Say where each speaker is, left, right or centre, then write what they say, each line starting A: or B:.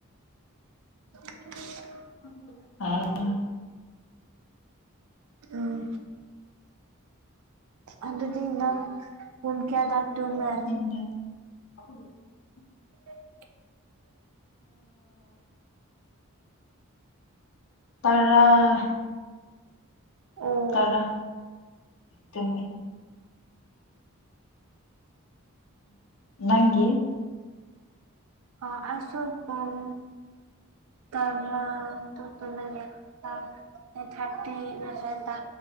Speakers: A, on the right (about 80°); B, on the left (about 65°).
A: <unintelligible>
B: ꯑꯥ
A: ꯑꯝ ꯑꯗꯨꯗꯤ ꯅꯪ ꯄꯨꯡ ꯀꯌꯥꯗ ꯇꯨꯃꯦ
B: ꯑꯩꯅ <unintelligible>
A: <unintelligible>
B: ꯇꯔꯥ
A: ꯑꯣ
B: ꯇꯔꯥ ꯆꯨꯝꯃꯦ ꯅꯪꯒꯤ
A: ꯑ ꯑꯁꯨꯣ ꯄꯨꯨꯡ ꯇꯔꯥ <unintelligible> ꯊꯥꯔꯇꯤ ꯅꯗ